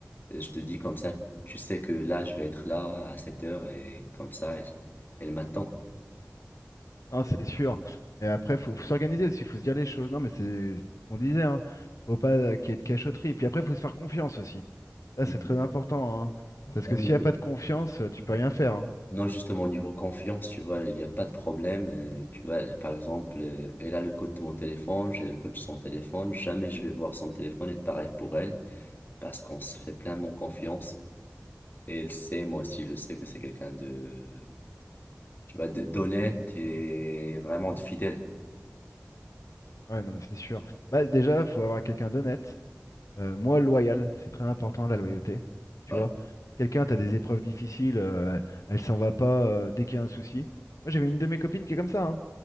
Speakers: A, on the left (about 40°); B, on the left (about 80°).
A: euh, je te dis comme ça, tu sais que là, je vais être là à cette heure et comme ça, elle, elle m'attend.
B: Non, c'est sûr. Et après, faut, faut s'organiser aussi, faut se dire les choses. Non, mais c'est c'est ce qu'on disait, hein. Faut pas euh, qu'il y ait de cachotterie. Et puis après, faut se faire confiance aussi. Là,
A: Mhm.
B: c'est très important, hein. Parce
A: Non,
B: que s'il
A: mais
B: n'y a pas de confiance, euh, tu peux rien faire. hein.
A: Non, justement, au niveau confiance, tu vois, il n'y a pas de problème. euh, tu vois, par exemple, euh, elle a le code de mon téléphone, j'ai le code de son téléphone. Jamais je vais voir son téléphone et pareil pour elle, parce qu'on se fait pleinement confiance. Et elle sait, moi aussi, je le sais que c'est quelqu'un de, tu vois, de- d'honnête et vraiment de fidèle.
B: Ouais, non, mais c'est sûr. Bah, déjà, faut avoir quelqu'un d'honnête. Euh, moi, loyal, c'est très important, la loyauté. Tu
A: Ouais,
B: vois, quelqu'un, t'as des épreuves difficiles, euh, elle s'en va pas euh, dès qu'il y a un souci. Moi, j'avais une de mes copines qui est comme ça, hein.